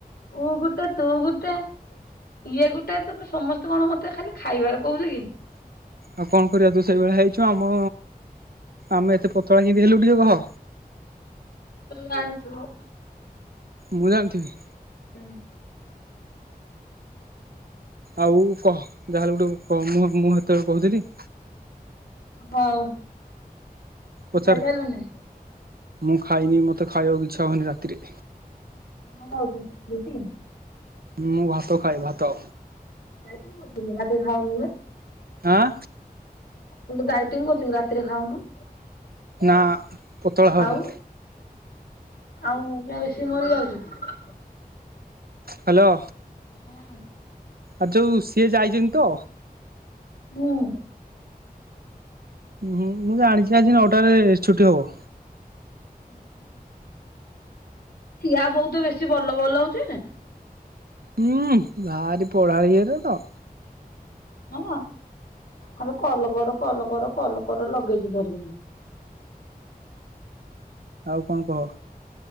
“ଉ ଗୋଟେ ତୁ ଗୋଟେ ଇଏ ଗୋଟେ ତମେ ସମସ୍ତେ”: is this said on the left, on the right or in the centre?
Left